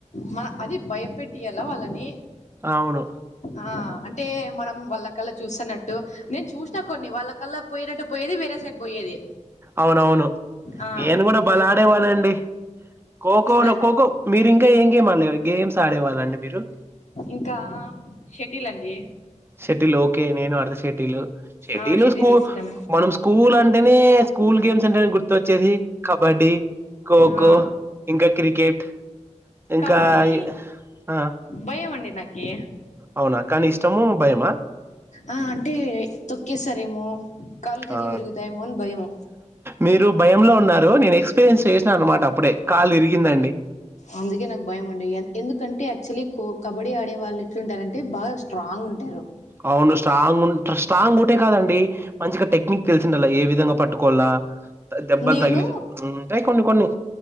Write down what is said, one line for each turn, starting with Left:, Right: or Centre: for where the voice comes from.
Left: మ అది భయపెట్టి యల వాళ్ళని
Right: అవును.
Left: ఆ అంటే మనం వాళ్ళ కల్లా చూస్తన్నట్టు నేన్ చూసిన కొన్ని వాళ్ళకళ్ళ పోయినట్టు పోయేది వేరే సైడ్ పోయేది
Right: అవునవును
Left: ఆ
Right: నేను కూడా బలే ఆడేవాళండి మ్ ఖోఖో
Left: నా
Right: ఖోఖో మీరు ఇంకా ఏం గేమ్ ఆడే గేమ్స్ ఆడేవాళ్ళండి మీరు
Left: ఇంకా షటిల్ అండి
Right: షెటిలు ఓకే నేను అడుత షేటిల్ షెటీలు
Left: ఆ షటిల్
Right: స్కూ
Left: ఇష్టం
Right: మనం స్కూ ల్ అంటేనే స్కూల్ గేమ్స్ అంటేనే గుర్తొచ్చేది కబడ్డీ ఖోఖో
Left: ఆ
Right: ఇంకా క్రికెట్ ఇంకా
Left: కబడ్డీ
Right: అయి ఆ
Left: భయం అండి నాకి
Right: అవునా కానీ ఇష్టము మా
Left: ఆ అంటే తొక్కేస్తారేమో కాళ్ళు చేతులు
Right: ఆ
Left: విరుగుతాయేమో అని భయము
Right: మీరు భయంలో ఉన్నారు నేను ఎక్స్పీరియన్స్ చేసినాను అనమాట అప్పుడే కాళ్లు విరిగిందండి
Left: అందుకే నాకు భయం అండి ఎందుకంటే యాక్చువల్లీ కో కబడ్డీ ఆడే వాళ్ళు ఎట్లుంటారంటే బాగా స్ట్రాంగ్ ఉంటారు
Right: అవును స్ట్రాంగ్ ఉన్ స్ట్రాంగ్ ఒకటే కాదండి మంచిగా టెక్నిక్ తెలిసిండలా ఏ విధంగా పట్టుకోవాలా దెబ్బలు
Left: నేను
Right: తగిలి అంటయి కొన్ని కొన్ని